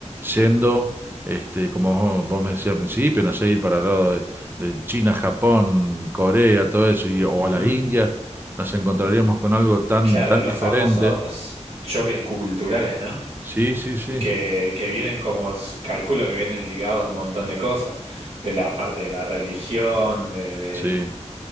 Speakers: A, on the right; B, on the right.
A: yendo, este, como vos, vos me decías al principio, no sé, ir para el lado de, de China, Japón, Corea, todo eso, y- o
B: Ujú.
A: a la India, nos encontraríamos con algo tan,
B: Claro,
A: tan
B: los
A: diferente.
B: famosos choques culturales, ¿no?
A: Sí, sí, sí,
B: que, que vienen como, s- calculo que vienen ligados a un montón de cosas, de la parte de la religión, de, de-
A: sí.